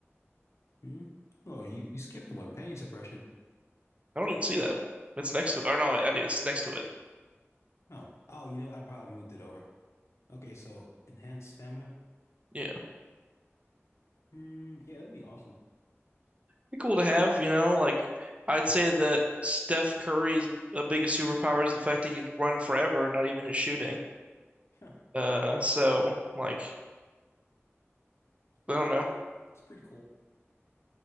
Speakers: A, on the left; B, on the right.
A: Hmm? Oh, you, you skipped one, pain suppression.
B: I don't even see that. It's next to it. Or no, I do. It's next to it.
A: Oh, oh, you know, I probably moved it over. Okay, so enhanced stamina.
B: Yeah.
A: Hmm, yeah, that'd be awesome.
B: be cool to have, you know. Like I'd say that Steph Curry's uh, biggest superpower is the fact he can run forever, not even his shooting.
A: Huh.
B: Uh, so like
A: Um,
B: I don't know.
A: it's pretty cool.